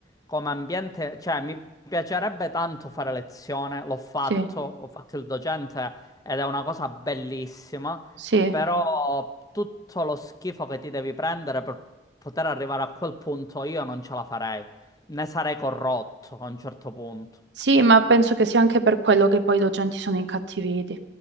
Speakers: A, on the left; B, on the right.
A: come ambiente, cioè mi piacerebbe tanto fare lezione, l'ho fatto,
B: sì,
A: ho fatto il docente ed è una cosa bellissima,
B: sì,
A: però tutto lo schifo che ti devi prendere per poter arrivare a quel punto io non ce la farei. Ne sarei corrotto a un certo punto.
B: sì, ma penso che sia anche per quello che poi i docenti sono incattiviti.